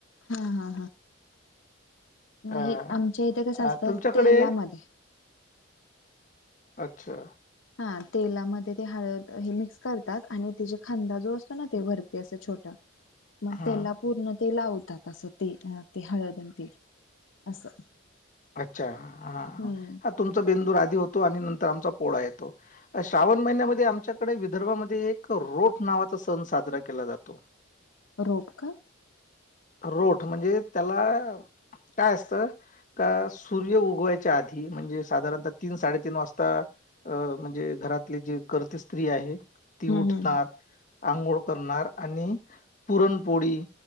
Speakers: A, on the left (about 70°); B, on the left (about 40°).
A: हा हा
B: अ
A: हे आमच्या इथे कसं
B: अ,
A: असतं
B: तुमच्याकडे
A: तेलामध्ये
B: अच्छा
A: हा तेलामध्ये ते हळ हे मिक्स करतात आणि त्या खदा जो असतो ना ते वरती असं छोटा मग
B: हा
A: त्याला पूर्ण ते लावतात असं ते ते हळदतील असं
B: अच्छा हा
A: हम्म
B: हाा तुमच बिंदू होतो आणि नंतर आमचा पोळा येतो श्रावण महिन्यामध्ये आमच्याकडे विदर्भमध्ये एक रो खूप नावाचा सण साजरा केला जातो
A: रोपका
B: रोठ म्हणजे त्याला काय असतं का सूर्य उग आध म्हणजे साधारणतः तीन साडेतीन वाजता म्हणजे घरातले जे करर्ते स्त्री आहे ती
A: हम्म
B: उठणार आंघोळ करणार आणि पुरणपोळी